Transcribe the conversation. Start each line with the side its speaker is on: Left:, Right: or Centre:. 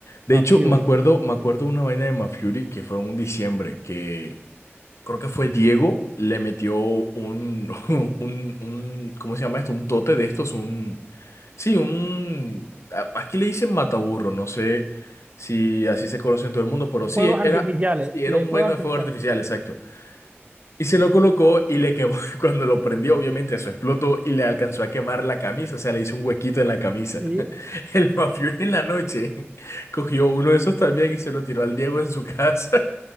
Left: De
Right: Mafury.
Left: hecho, me acuerdo, me acuerdo una vaina de Mad Fury que fue en un diciembre, que creo que fue Diego, le metió un, <laughs> un, un, ¿cómo se llama esto? Un tote de estos, un, sí, un, a- aquí le dicen mataburro, no sé si así se conoce en todo el mundo, pero sí,
Right: Fuegos artificiales,
Left: era, sí, era
Right: le-
Left: un
Right: fuegos
Left: vaino
Right: artificiales,
Left: de fuego artificial,
Right: sí.
Left: exacto. Y se lo colocó y le quemó, <laughs> cuando lo prendió, obviamente eso explotó y le alcanzó a quemar la camisa, o sea, le hizo un huequito en la camisa.
Right: Sí,
Left: <laughs> El mafioso en la noche cogió uno de esos también y se lo tiró al Diego en su casa,